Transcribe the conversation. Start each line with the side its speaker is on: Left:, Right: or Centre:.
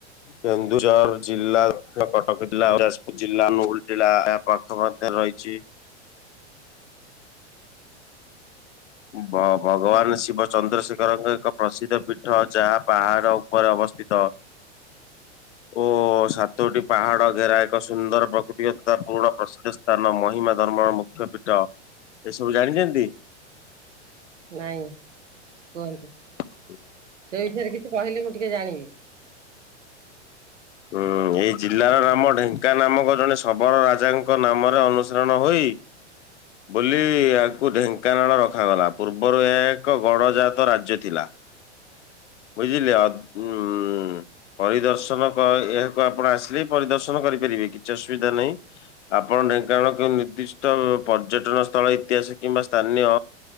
Left: କେନ୍ଦୁଝର ଜିଲ୍ଲା କଟକ ଜିଲ୍ଲା ଯାଜପୁର ଜିଲ୍ଲା ଅନୁଗୁଳ ପାଖ ମଧ୍ୟ ରହିଛି ଭ ଭଗବାନ ଶିବ ଚନ୍ଦ୍ରଶେଖରଙ୍କ ଏକ ପ୍ରସିଦ୍ଧ ପୀଠ ଯାହା ପାହାଡ଼ ଉପରେ ଅବସ୍ଥିତ ଓ ସାତୋଟି ପାହାଡ ଘେରା ଏକ ସୁନ୍ଦର ପ୍ରକୃତିତା ପୁରୁଣ ପ୍ରସିଦ୍ଧ ସ୍ଥାନ ମହିମା ଧର୍ମର ମୁଖ୍ୟ ପୀଠ ଏସବୁ ଜାଣିଛନ୍ତି?
Right: ନାଇଁ କୁହନ୍ତୁ।
Left: <inaudible>
Right: ସେ ବିଷୟରେ କିଛି କହିଲେ ମୁଁ ଟିକେ ଜାଣିବି?
Left: ହୁଁ, ଏଇ ଜିଲ୍ଲାର ନାମ ଢେଙ୍କା ନାମକ ଜଣେ ଶବର ରାଜାଙ୍କ ନାମରେ ଅନୁସରଣ ହୋଇ ବୋଲି ଏହାକୁ ଢେଙ୍କାନାଳ ରଖାଗଲା ପୂର୍ବରୁ ଏହା ଏକ ଗଡଜାତ ରାଜ୍ୟ ଥିଲା। ବୁଝିଲେ ଅ ଉ ପରିଦର୍ଶନ କ ଏହାକୁ ଆପଣ ଆସିଲେ ପରିଦର୍ଶନ କରିପାରିବେ କିଛି ଅସୁବିଧା ନାହିଁ ଆପଣ ଢେଙ୍କାନାଳ କେଉଁ ନିର୍ଦ୍ଦିଷ୍ଟ ପର୍ଯ୍ୟଟନ ସ୍ଥଳ ଇତିହାସ କିମ୍ବା ସ୍ଥାନୀୟ